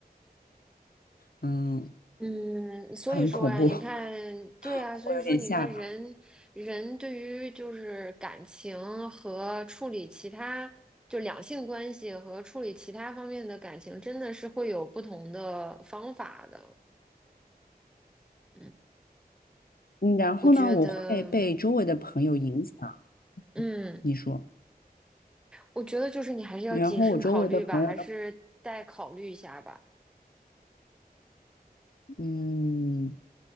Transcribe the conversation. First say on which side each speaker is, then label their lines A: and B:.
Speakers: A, on the left (about 65°); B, in the centre.
A: 嗯，
B: 嗯，所以说呀，
A: 很恐怖，
B: 你看，
A: <laughs>
B: 对呀，
A: 会有点吓。
B: 所以说你看人，人对于就是感情和处理其他，就两性关系和处理其他方面的感情，真的是会有不同的方法的。嗯，
A: 嗯，然后呢，
B: 我觉得，
A: 我会被周围的朋友影响。
B: 嗯，
A: 你说，
B: 我觉得就是你还是要谨慎考虑吧，
A: 然后我周围的朋友都，
B: 还是再考虑一下吧。
A: 嗯，